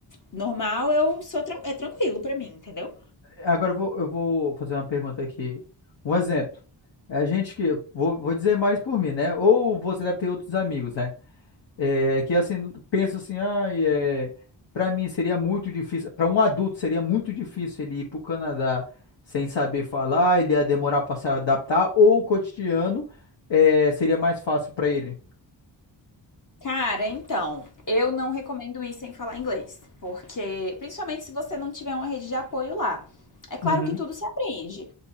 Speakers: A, on the left; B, on the left.
A: normal, eu sou tran- é tranquilo para mim, entendeu?
B: Agora eu vou, eu vou fazer uma pergunta aqui. Um exemplo. A gente que. Vou, vou dizer mais por mim, né? Ou você deve ter outros amigos, né? É, que assim, penso assim, ai, é, para mim seria muito difícil, para um adulto seria muito difícil ele ir para o Canadá sem saber falar, ele ia demorar para se adaptar, ou o cotidiano é, seria mais fácil para ele.
A: Cara, então, eu não recomendo ir sem falar inglês, porque principalmente se você não tiver uma rede de apoio lá. É claro
B: Uhum,
A: que tudo se aprende,